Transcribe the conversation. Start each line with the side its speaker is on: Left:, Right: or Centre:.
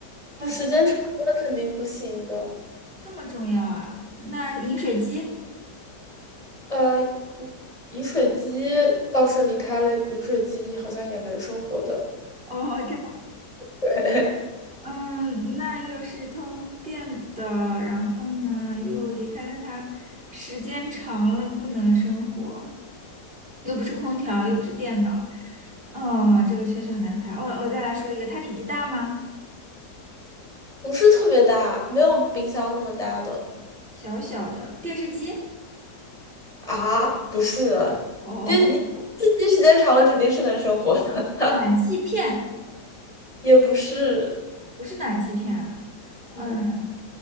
Left: 就时间长了肯定不行的。
Right: 哇，这么这么重要啊！那饮水机，
Left: 呃，饮水机倒是离开了饮水机，好像也能生活的。
Right: 哦，这样，
Left: 对，
Right: 嗯，那又是通电的，然后呢，又离开了他，时间长了不能生活，又不是空调，又不是电脑，哦，这个确实很难猜。我我再来说一个，它体积大吗？
Left: <laughs> 不是特别大，没有冰箱那么大的
Right: 小小的电视机，
Left: 啊，不是啊，
Right: 哦，
Left: 电你机时间长了肯定是能生活的，
Right: <laughs> 暖气片。
Left: <laughs> 也不是，
Right: 不是暖气片啊，
Left: 嗯，
Right: 嗯，